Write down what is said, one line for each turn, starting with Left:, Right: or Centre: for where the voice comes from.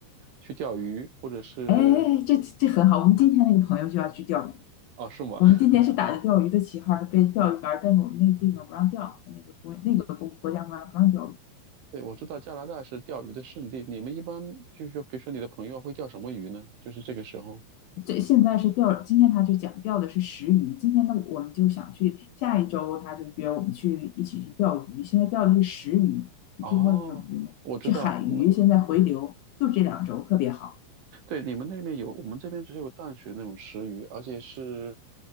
Right: 去钓鱼，或者是
Left: 哎哎哎，这这很好。我们今天那个朋友就要去钓鱼，
Right: 哦，是吗？
Left: 我们今天是打着钓鱼的旗号，
Right: <laughs>
Left: 是被钓鱼竿但是我们那个地方不让钓，那个国那个国国家不让不让钓鱼。
Right: 对，我知道加拿大是钓鱼的圣地。你们一般就是说，比如说你的朋友会钓什么鱼呢？就是这个时候。
Left: 这现在是钓，今天他就讲钓的是食鱼，今天呢我们就想去，下一周他就约我们去一起去钓鱼。现在钓的是食鱼，你听过这种鱼吗？
Right: 哦，我知道，
Left: 是海鱼，现在回流，就这两周特别好。
Right: 对，你们那边有，我们这边只有淡水那种石鱼，而且是